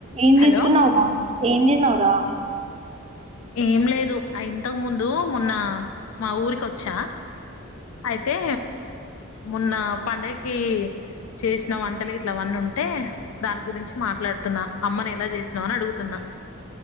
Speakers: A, on the right (about 30°); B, on the left (about 80°).
A: ఏం
B: హలో
A: చేస్తున్నావ్ ఉమ ఏం తిన్నవ్ రా
B: ఏం లేదు ఇంతకు ముందు మొన్న మా ఊరికి వచ్చా అయితే మొన్న పండగకి చేసిన వంటలు ఇట్లవన్నీ ఉంటే దాని గురించి మాట్లాడుతున్నా అమ్మను ఎలా చేసినవు అని అడుగుతున్నా